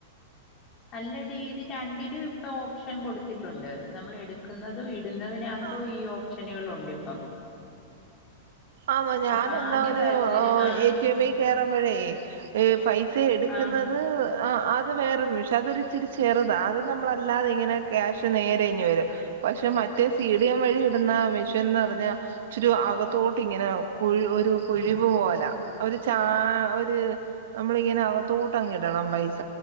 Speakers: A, on the left; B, on the right.
A: അല്ലടി ഇത് രണ്ടിലും ഇപ്പൊ ഓപ്ഷൻ കൊടുത്തിട്ടുണ്ട് നമ്മൾ എടുക്കുന്നതും ഇ ഇടുന്നതിനകത്തും
B: ആ
A: ഈ ഓപ്ഷനുകളുണ്ട് ഇപ്പം
B: ആന്നോ ഞാൻ
A: അപ്പൊ
B: എന്നാ
A: ആദ്യമായിരുന്നൊരു
B: ഒരു
A: ആഹ്
B: എടി എം ക്കുമ്പഴെ <unintelligible> സ് എടുക്കുന്നത്
A: ആഹ്
B: ആഹ് അത് വേറൊരു മെഷൻ അതൊരിച്ചിരി ചെറുതാ അത് നമ്മളല്ലാതെ ഇങ്ങനെ ക്യാഷ് നേരെങ്ങ് വരും പക്ഷെ മറ്റേ സി ഡി എം വഴി ഇടുന്ന മെഷീൻന്ന് പറഞ്ഞാൽ ഇച്ചിരി അകത്തോട്ട ട്ട് ഇങ്ങനെ കുഴ ഒരു കുഴിവ് പോലെ ഒരു ച ഒരു നമ്മളിങ്ങനെ ആ തോട്ടംങ്ങ ഇടണം പൈസ